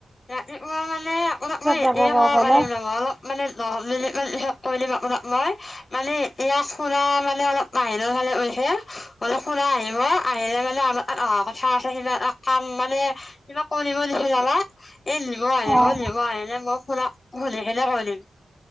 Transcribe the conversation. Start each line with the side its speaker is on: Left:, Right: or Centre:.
Left: ৰাতিপুৱা মানে আপোনাক মই এ
Centre: যাব বাৰু
Left: কব
Centre: গ'লে
Left: পাৰিম ন অলপ মানে নৰ্মেলি মানে <unintelligible> মই মানে এতিয়া খুণ মানে অলপ বাহিৰৰ ফালে গৈছে <unintelligible> তাই আহিব, আহিলে মানে আমাৰ তাত অহা কথা আছে কিবা কাম মানে কিবা কৰিব <unintelligible> এই নিব আহিব,
Centre: অঁ
Left: নিব আহিলে মই শুনা শুনিকেনে কৈ দিম।